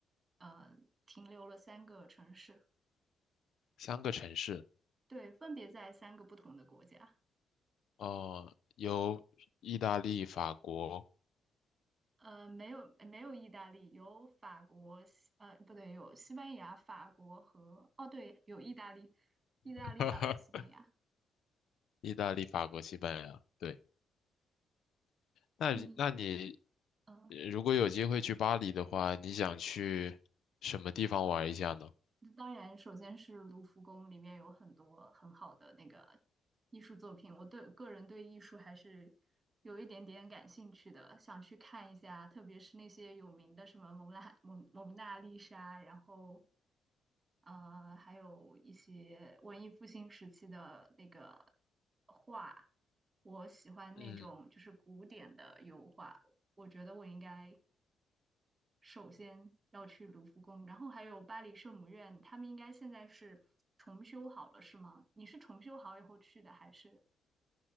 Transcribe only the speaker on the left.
三个城市。
哦、有意大利、法国，
<laughs>
意大利、法国、西班牙。对，那你那你
呃如果有机会去巴黎的话，你想去什么地方玩一下呢？
嗯，